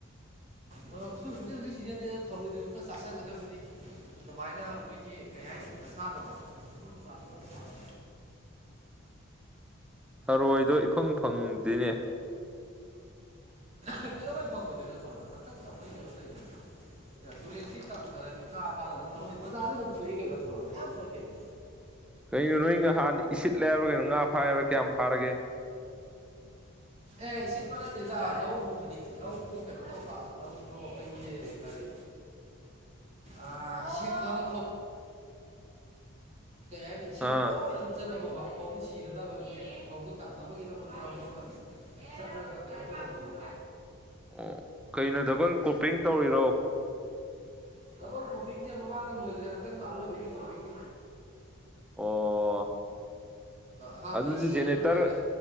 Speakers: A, on the right; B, in the centre.
A: ꯍꯣꯏ ꯍꯣꯏ ꯎꯁꯣꯏꯕꯨꯗꯤ ꯍꯧꯖꯤꯛ ꯁꯤꯖꯟꯅꯤꯅ ꯑꯗ ꯊꯧꯔꯣꯏꯗꯨꯁꯨ ꯈꯔ ꯆꯥꯁꯤꯟꯒꯗꯕꯅꯤ ꯑꯗꯨꯃꯥꯏꯅ
B: ꯎꯝ
A: ꯑꯩꯈꯣꯏꯒꯤ ꯀꯩ ꯍꯥꯏꯅꯤ ꯅꯁꯥꯗꯣ ꯅꯈꯨꯠ ꯁꯣꯛꯇꯅꯕ
B: ꯊꯔꯣꯏꯗꯣ ꯏꯐꯪ ꯐꯪꯗꯦꯅꯦ
A: ꯀꯩ ꯗꯧꯕꯩ ꯐꯪꯉꯣꯏꯗꯣꯏꯅꯣ ꯊꯔꯣꯏ ꯍꯟꯗꯛꯇ ꯑꯩꯈꯣꯏ ꯀꯩꯅꯣ ꯇꯧꯗꯣꯏꯅꯦ ꯇꯨꯔꯦꯟ ꯏꯁꯤꯡ ꯀꯪꯗꯅ ꯃꯤ ꯉꯥ ꯐꯥꯅꯗꯅ ꯊꯔꯣꯏ ꯕꯖꯥꯔꯗ ꯑꯗꯨꯝ ꯊꯣꯛꯏ ꯀꯩꯅꯣ ꯊꯔꯣꯏ ꯃꯌꯥꯝ ꯁꯨꯏ ꯀꯩꯅꯣ
B: ꯀꯩꯅꯣ ꯅꯣꯏ ꯉꯍꯥꯟꯅ ꯏꯁꯤꯠ ꯂꯦ ꯍꯥꯏꯕꯔꯥ ꯀꯩꯅꯣ ꯉꯥ ꯐꯥꯏ ꯍꯥꯏꯕꯔ ꯀꯩꯅꯣ ꯀꯌꯥꯝ ꯐꯥꯔꯒꯦ
A: ꯑꯦ ꯏꯁꯤꯠꯄ ꯅꯠꯇꯦꯗ ꯂꯧ ꯎꯕꯅꯤ ꯂꯧꯗꯣ ꯀꯩꯅꯣ ꯇꯧꯕ ꯂꯧꯗꯣ ꯑꯩꯈꯣꯏꯒꯤ ꯀꯔꯤ
B: <inaudible>
A: ꯑ ꯏꯁꯤꯡꯗꯨꯅ ꯐ ꯀꯩ ꯍꯥꯏꯅꯤ ꯏꯁꯤꯡꯗꯣ
B: ꯑꯥ
A: ꯂꯣꯏ ꯊꯨꯝꯖꯤꯜꯂꯝꯃꯕ ꯐꯧꯗꯣ ꯁꯤꯅꯗꯕ ꯑꯗꯨꯒꯤ ꯐꯧꯗꯨ ꯀꯟꯅꯕꯒꯤꯗꯃꯛꯇ ꯑꯃꯒ ꯆꯠꯂꯒ ꯀꯩꯅꯦ ꯇꯧꯔꯨꯕꯅꯤꯗ
B: ꯎꯟ ꯀꯩꯅꯣ ꯗꯕꯜ ꯀꯣꯄꯤꯡ ꯇꯧꯔꯤꯔꯣ
A: ꯗꯧꯕꯂ ꯀꯣꯄꯤꯡꯁꯦ ꯃꯃꯥꯡꯗ ꯂꯣꯏꯈ꯭ꯔꯦ ꯍꯟꯇꯛꯅ ꯑꯔꯣꯏꯕꯒꯤ ꯀꯣꯄꯤꯡꯅꯤ
B: ꯑꯣ
A: ꯑꯍꯥꯟꯕꯒꯤ
B: ꯑꯗꯨꯗꯤ
A: ꯁꯤꯖꯟ
B: ꯖꯦꯅꯦꯇꯔ
A: ꯑꯃ ꯂꯣꯏꯈ꯭ꯔꯦ